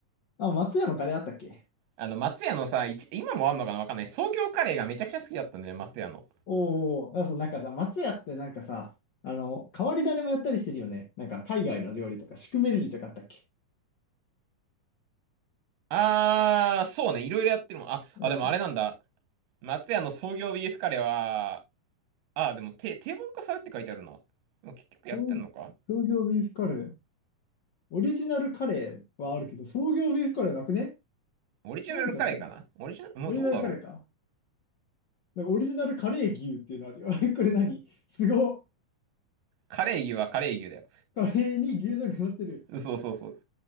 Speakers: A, on the left (about 60°); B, on the right (about 80°).
A: あ、松山カレーあったっけ
B: あの、松屋のさ、いち今もあんのかなわかんない。創業カレーがめちゃくちゃ好きだったんだよね、松屋の。
A: おおあそう、なんかさ、松屋ってなんかさ、あの、変わり種もやったりしてるよね。なんか海外の料理とか、シュクメルリとかあったっけ
B: あー、そうね。いろいろやってるもん。あ、
A: うん。
B: あ、でもあれなんだ。松屋の創業ビーフカレーは、あー、でも定定番化されって書いてあるな。でも結局やってんのか
A: 創創業ビーフカレー。オリジナルカレーはあるけど、創業ビーフカレーなくね
B: オリジナルカレーかなオリジナル、
A: ないんじゃないの
B: もうどうだろう。
A: オリジナルカレーか。なんかオリジナルカレー牛っていうのあるよ。<laughs> これ何すごっ
B: カレー牛はカレー牛だよ。
A: カレーに牛丼が乗ってる。
B: <laughs> そうそうそう。